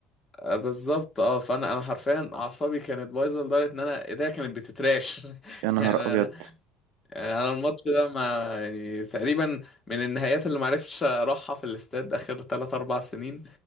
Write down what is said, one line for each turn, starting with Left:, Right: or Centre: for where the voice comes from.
Left: آه، بالظبط اه فانا انا حرفيا اعصابي كانت بايظه لدرجه ان انا ايديا كانت بتتراش <laughs>
Right: يا نهار
Left: يعني انا
Right: ابيض
Left: يعني انا الماتش ده ما يعني تقريبا من النهايات اللي معرفتش اروحها في الاستاد اخر 3 4 سنين